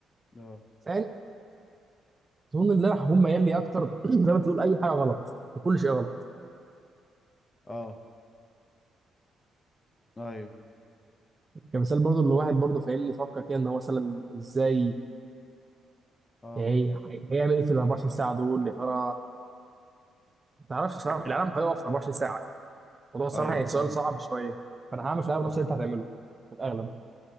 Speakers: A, on the left; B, on the right.
A: اه
B: ثاني اظن ان انا هكون ميال لي اكتر <clears throat> زي ما تقول اي حاجه غلط كل شيء غلط
A: اه ايوه
B: كمثال برضو اللي واحد برضو فاهمني يفكر كده ان هو مثلا ازاي
A: اه
B: يعني إيه، هي- هيعمل ايه في ال 24 ساعه دول يا ترى ما تعرفش صراحه العالم هيقف 24 ساعه الموضوع صراحه
A: ايوه
B: هي
A: فاهم
B: سؤال صعب شويه فانا هعمل في
A: فاهم
B: الاغلب نفس اللي انت هتعمله في الاغلب